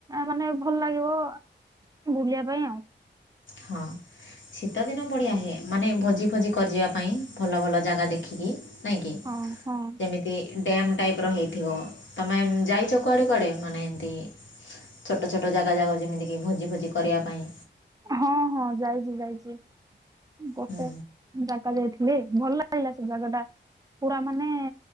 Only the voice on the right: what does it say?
ମାନେ ଭଲ ଲାଗିବ ବୁଲିବା ପାଇଁ ଆଉ।
ହଁ ହଁ
ହଁ ହଁ ଯାଇଛି ଯାଇଛି ଗୋଟେ
ଜାଗା ଯାଇଥି ଚୁନି ଭଲ ଲାଗିଲା ସେ ଜାଗା ଟା ପୁରା ମାନେ